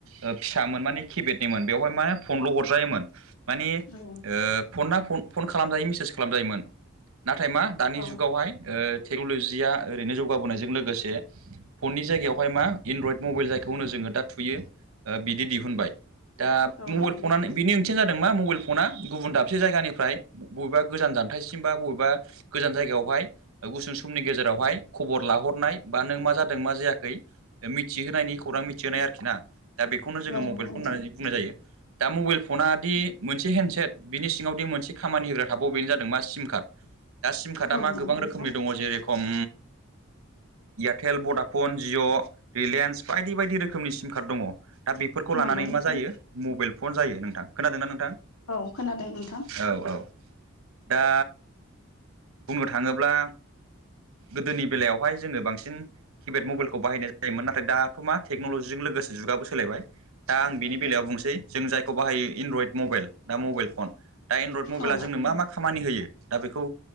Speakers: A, on the right; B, on the left.
A: ओ फिसामोन माने किपेडनिमोन बेवहाय माने फनल' हरजायोमोन। मानि ओ
B: औ
A: फना फन खालामजायो मेसेज खालाम जायोमोन। नाथाय मा दानि
B: औ
A: जुगावहाय ओ टेक्न'ल'जिया ओरैनो जौगाबोनायजों लोगोसे फननि जायगायावहाय मा एनरइद मबेल जायखौ होनो जोङो दा थुयो ओ बिदि दिहुनबाय। दा
B: औ
A: मबेल
B: नंगौ नोंथां
A: फनानो बिनि ओं मोनसेया जादों मा मबेल फना गुबुन दाबसे जायगानिफ्राय बबेबा गोजान जानथायसिम बा बबेबा गोजान जायगायावहाय गुसुं समनि गेजेरावहाय खबर लाहरनाय बा नों मा जादों मा जायाखै मिथिहोनायनि खौरां मिथिहोनाय आरोखि ना। दा बेखौनो जोङो
B: औ
A: मबेल
B: नंगौ नोंथां
A: फन होननानै बुंनाय जायो। दा मबेल फना दि मोनसे हेन्दसेट। बिनि सिङावदि मोनसे खामानि होग्रा थाबावो बेनो जादों मा सिम कार्ड। दा सिम कार्डआ
B: औ
A: मा
B: नंगौ
A: गोबां
B: नोंथां
A: रोखोमनि दङ' जेरेखम एयारटेल भडाफन जिअ' रिलेन्स बायदि बायदि रोखोमनि सिम कार्ड दङ'। दा बेफोरखौ लानानै
B: नंगौ नोंथां
A: मा जायो मबेल फन जायो नोंथां। खोनादों ना नोंथां?
B: औ खोनादों नोंथां।
A: औ औ दा बुंनो थाङोब्ला गोदोनि बेलायावहाय जोङो बांसिन किपेड मबेलखौ बाहायनाय जायोमोन। नाथाय दाथ' मा टेक्न'ल'जिजों लोगोसे जुगाबो सोलायबाय। दा आं बिनि बेलायाव बुंसै जों जायखौ बाहायो एनरइड मबेल। दा मबेल फन। दा एनरइड मबेला
B: औ
A: जोंनो मा मा खामानि होयो दा बेखौ